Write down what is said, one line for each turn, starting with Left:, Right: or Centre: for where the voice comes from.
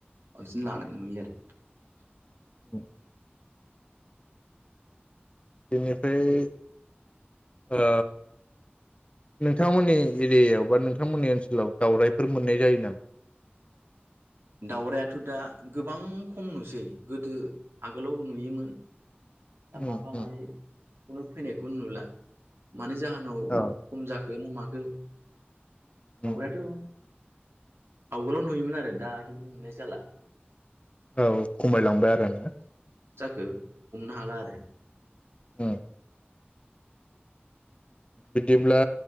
Right: बांसिन लानाय नुयो आरो।
Left: औ बेनिफ्राय ओ नोंथांमोननि एरियायाव बा नोंथांमोननि ओनसोलाव दाउराइफोर मोननाय जायो नामा?
Right: दाउरायाथ दा गोबां खम नुसै गोदो आगोलाव नुयोमोन। दा
Left: उम
Right: माफा
Left: उम
Right: मानै उ फैनायखौ नुला मानि जाहोनाव
Left: औ
Right: खम जाखो ना मा <unintelligible> <unintelligible>
Left: उम
Right: आवगोलाव नुयोमोन आरो दा खिन्थु नुनाय जाला
Left: औ खमायलांबाय आरो ङा
Right: द हमनो हला आरो
Left: उम बिदिब्ला